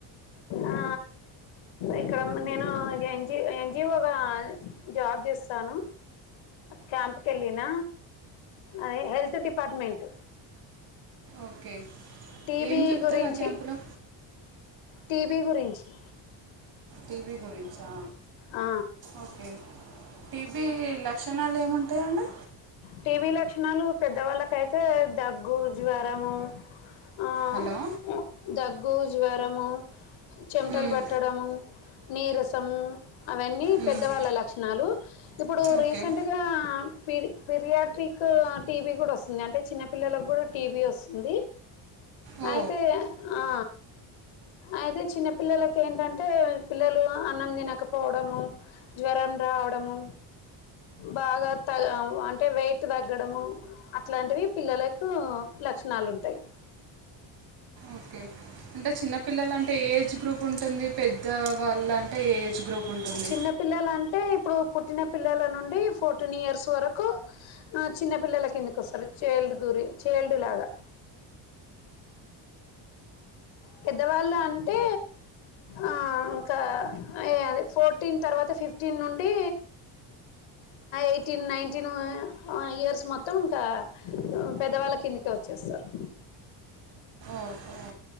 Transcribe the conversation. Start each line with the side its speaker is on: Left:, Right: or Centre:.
Left: ఆ ఇక్కడ నేను ఎన్జి ఎన్జిఓ గా జాబ్ చేస్తాను క్యాంప్కి వెళ్ళిన అది హెల్త్ డిపార్ట్మెంట్
Right: ఓకే
Left: టీబీ
Right: ఏం చెప్తారా
Left: గురించి
Right: క్యాంపులో
Left: టీబీ గురించి
Right: టీబీ గురించా
Left: ఆ
Right: ఓకే టీబీ లక్షణాలు ఏముంటాయండి
Left: టీబీ లక్షణాలు పెద్దవాళ్ళకైతే దగ్గు జ్వరము ఆ
Right: హలో
Left: ఉ దగ్గు జ్వరము చెమటలు
Right: మ్మ్,
Left: పెట్టడము నీరసం అవన్నీ
Right: మ్మ్,
Left: పెద్దవాళ్ళ లక్షణాలు ఇప్పుడు
Right: ఓకే
Left: రీసెంట్గా పిడి పిరియాట్రిక్ టీవీ కూడా వస్తుంది అంటే చిన్నపిల్లలకు కూడా టీవీ వస్తుంది
Right: ఓ
Left: అయితే ఆ అయితే చిన్న పిల్లలకు ఏంటంటే పిల్లలు అన్నం తినకపోవడము జ్వరం రావడము బాగా తగ అంటే వెయిట్ తగ్గడము అట్లాంటివి పిల్లలకు లక్షణాలు ఉంటాయి
Right: ఓకే అంటే చిన్నపిల్లల అంటే ఎ ఏజ్ గ్రూప్ ఉంటుంది పెద్ద వాళ్ళ అంటే ఏజ్ గ్రూప్ ఉంటుంది
Left: చిన్న పిల్లల అంటే ఇప్పుడు పుట్టిన పిల్లల నుండి ఫోర్టీన్ ఇయర్స్ వరకు చిన్న పిల్లల కిందికి వస్తారు చైల్డ్ గురి చైల్డ్ లాగా పెద్దవాళ్ళు అంటే ఆ ఇంకా అ అదే ఫోర్టీన్ తర్వాత ఫిఫ్టీన్ నుండి ఎయిటీన్ నైటీన్ ఇయర్స్ మొత్తం ఇంకా పెద్దవాళ్ళ కిందికే వచ్చేస్తారు
Right: ఓహో